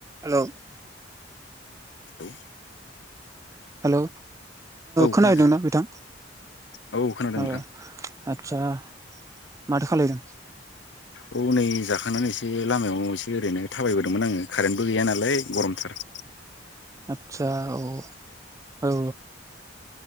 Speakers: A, on the right; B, on the left.
A: हेल'
B: औ औ
A: हेल'औ खोनाहैदोंना
B: खोनादों
A: बिथां?
B: औ खोनादों नोंथां
A: ओ आच्चा माथो खालायदों?
B: औ नै जा जाखांनानै एसे लामायाव एसे ओरैनो थाबायबाय दंमोन आङो खारेनबो गैया नालाय गरमथार
A: आत्चा औ औ